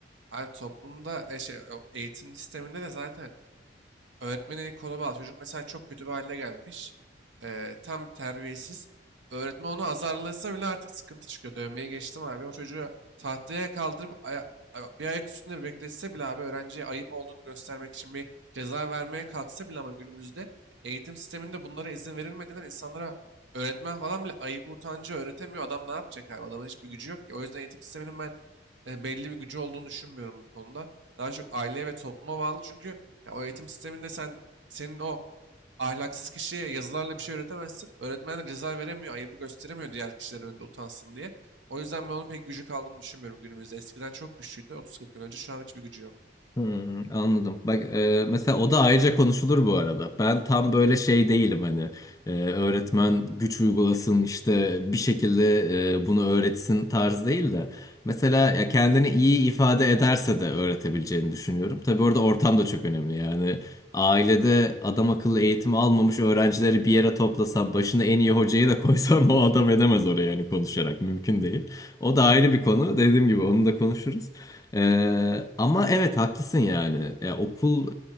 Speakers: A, on the right; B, on the left.
A: Abi toplumda e, şey, o eğitim sisteminde de zaten Öğretmenin eli kolu bağlı. Çocuk mesela çok kötü bir hale gelmiş. Ee, tam terbiyesiz. Öğretmen onu azarlasa bile artık sıkıntı çıkıyor. Dövmeyi geçtim abi. O çocuğu tahtaya kaldırıp aya- a- bir ayak üstünde bekletse bile abi öğrenciye ayıp olduğunu göstermek için bir ceza vermeye kalksa bile ama günümüzde eğitim sisteminde bunlara izin verilmediğinden insanlara öğretmen falan bile ayıbı utancı öğretemiyor. Adam ne yapacak abi? Adamın hiçbir gücü yok ki. O yüzden eğitim sisteminin ben e, belli bir gücü olduğunu düşünmüyorum bu konuda. Daha çok aileye ve topluma bağlı. Çünkü ya o eğitim sisteminde sen senin o ahlaksız kişiye yazılarla bir şey öğretemezsin. Öğretmen de ceza veremiyor, ayıbı gösteremiyor diğer kişiler önünde utansın diye. O yüzden ben onun pek gücü kaldığını düşünmüyorum günümüzde. Eskiden çok güçlüydü. 30-40 yıl önce şu an hiçbir gücü yok.
B: Hmm, anladım. Bak e, mesela o da ayrıca konuşulur bu arada. Ben tam böyle şey değilim hani e, öğretmen güç uygulasın işte bir şekilde e, bunu öğretsin tarz değil de. Mesela ya kendini iyi ifade ederse de öğretebileceğini düşünüyorum. Tabii orada ortam da çok önemli yani. Ailede adam akıllı eğitim almamış öğrencileri bir yere toplasan başına en iyi hocayı da koysan <laughs> o adam edemez oraya yani konuşarak mümkün değil. O da ayrı bir konu. Dediğim gibi onu da konuşuruz. Ee, ama evet haklısın yani. Ya, okul